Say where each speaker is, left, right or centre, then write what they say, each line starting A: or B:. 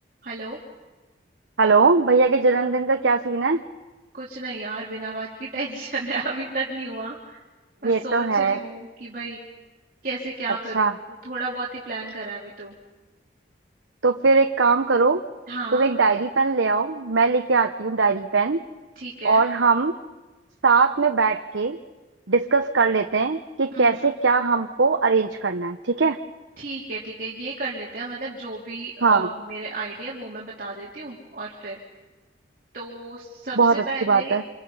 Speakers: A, on the right (about 45°); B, on the right (about 80°).
A: हेलो
B: Hello भैया के जन्मदिन का क्या सीन है
A: कुछ नहीं यार बिना बात की टेंशन है <laughs> अभी तक नहीं हुआ बस
B: ये
A: सोच
B: तो है
A: रही हूँ कि भाई कैसे क्या
B: अच्छा
A: करूँ तो थोड़ा बहुत ही प्लान करा है अभी तो
B: तो फिर एक काम करो
A: हाँ
B: तुम एक डायरी पेन ले आओ मैं लेके आती हूँ डायरी पेन
A: ठीक है
B: और हम साथ में बैठ के डिस्कस कर लेते हैं कि
A: हम्म
B: कैसे
A: हम्म
B: क्या हमको अरेंज करना है ठीक है
A: ठीक है ठीक है ये कर लेते हैं मतलब जो भी अ,
B: हाँ
A: मेरे आइडिया वो मैं बता देती हूँ और फिर तो सबसे
B: बहुत अच्छी
A: पहले
B: बात है